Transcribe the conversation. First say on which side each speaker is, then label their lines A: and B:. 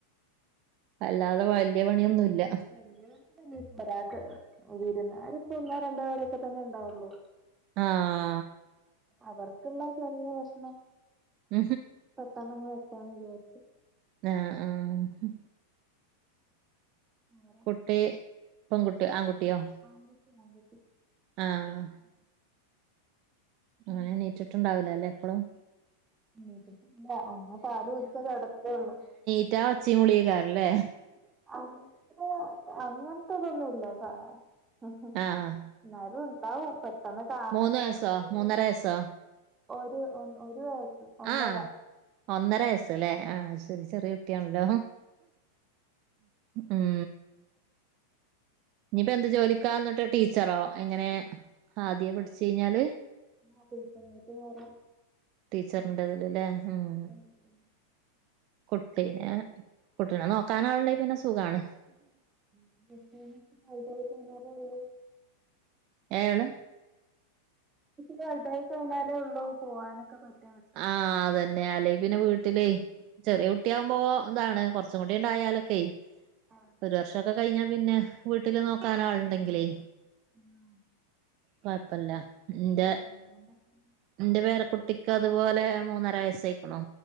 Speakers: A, on the right; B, on the right.
A: അല്ലാതെ വല്ല്യയ പണിയൊന്നുല്ല
B: അല്ല അതെന്താ വിര്ന്നാര്രിപ്പോ ഒന്നോ രണ്ടോ പേരൊക്കെ തന്നെ ഉണ്ടാവുള്ളൂ
A: ആഹ്
B: അവർക്കുള്ള ചെറിയ കഷ്ണം
A: ഉ
B: പെട്ടാന്നാങ്ങ് വെക്കന്ന് വിചാരിച്ചു
A: ആഹ് ആഹ്
B: വേറെ
A: കുട്ടി പെൺകുട്ടി ആൺകുട്ടിയോ
B: ആൺ കൂട്ടി അൺക്കുട്ടി
A: ആഹ് അങ്ങനെ
B: ഉം
A: നീറ്റിട്ടുണ്ടാവില്ല അല്ലേ എപ്പളും
B: നീട്ടട്ട ഇല്ല ഒന്ന പാല കുടിച്ച കടന്നരേള്ളൂ
A: റ്റാ ഒച്ചീ വിളിക്കാരല്ലേ
B: അങ്ങ അങ്ങനത്തതൊന്നുംല്ലാ ഉം
A: ആഹ്
B: എന്നാലും ഉണ്ടാവും പെട്ടെന്ന് കാണ
A: മൂന്ന് വയസ്സോ
B: കണ്ടെങ്കിൽ
A: മൂന്നര വയസ്സോ
B: ഒരു ഒരു വയസ്സ് ഒന്നര
A: ആഹ് ഒന്നര വയസ്സല്ലേ ആഹ് ശെരി ചെറിയ കുട്ടിയാണല്ലോ ഉം ഇത് എന്ത് ജോലിക്കാ എന്നിട്ട് ടീച്ചറോ എങ്ങനെ ആദ്യയെ പഠിച്ചു കഴിഞ്ഞാല്
B: ആഹ് <unintelligible>
A: ടീച്ചറിന്റെ തില് ല്ലേ ഉം
B: <unintelligible>
A: കുട്ടീനെ കുട്ടീനെ നോക്കാനാള്ണ്ടെ പിന്നെ സുഖാണ്
B: എം ബി വിയെസിന് <unintelligible> അവിടെ
A: ഏണ്
B: വത കഴിഞ്ഞാലേ ഉള്ള പോകാനൊക്കെ പറ്റ
A: ആഹ് അതന്നെയ അല്ലെ പിന്നെ വീട്ടിലേ ചെറിയ കുട്ടിയകുമ്പോ ന്താണ് കുറച്ചും കൂടി ആയാലൊക്കെ
B: ആഹ്
A: ഒരു വർഷംക്കെ കഴിഞ്ഞ പിന്നെ വീട്ടില് നോക്കാൻ ആള് ഉണ്ടെങ്കിലേ
B: ഉം
A: കുഴപ്പല്ല എന്റെ
B: അതുകൊണ്ടൊക്കെ
A: എന്റെ
B: അംഗനവാടി
A: പേര കുട്ടിക്ക് അത് അതുപോലെ മൂന്നര വയസ്സായിക്കണോ